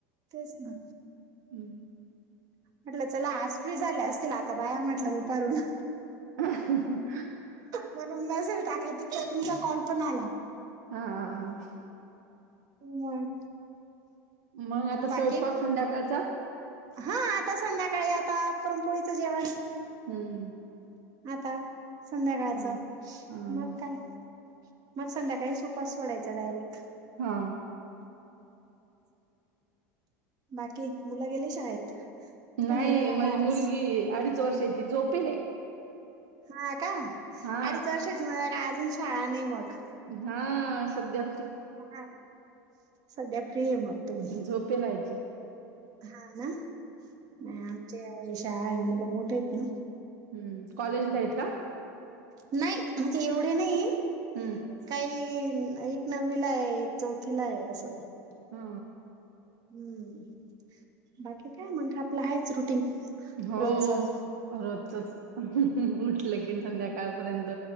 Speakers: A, on the right; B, on the right.
A: तेच ना
B: हम्म.
A: म्हटलं चला आज फ्री झाले असतील. आता बाया म्हटलं दुपारून,
B: <unintelligible>
A: म्हणून मेसेज टाकला तितक्यात तुमचा कॉल पण आला.
B: आ..
A: मग
B: मग आता स्वयंपाक
A: बाकी
B: संध्याकाळचा,
A: हा आता संध्याकाळी आता पुरन पोळीचं जेवण
B: हम्म.
A: आता संध्याकाळच
B: हा हा
A: मग काय मग संध्याकाळी उपवास सोडायचा डायरेक्ट
B: हा
A: बाकी मुला गेले शाळेत
B: नाही
A: काय मुलांना
B: माझी
A: काय आज
B: मुलगी अडीच वर्षाची झोपेल
A: हा का
B: हा
A: अडीच वर्षाची मला का अजून शाळा नाही मग
B: हा सध्या
A: हा सध्या फ्री आहे मग तुम्ही
B: झोपे लायची
A: हा ना नाही आमचे शाळा आहे मुलं मोठ आहेत ना
B: हम्म कॉलेजला आहेत का
A: नाही म्हणजे एवढे नाही
B: हम्म.
A: काही एक नववीला आहे एक चौथीला आहे अस
B: हा
A: हम्म बाकी काय मग आपलं आहेच. रुटीन
B: हो
A: रोजच
B: रोजचच उठलं की संध्याकाळपर्यंत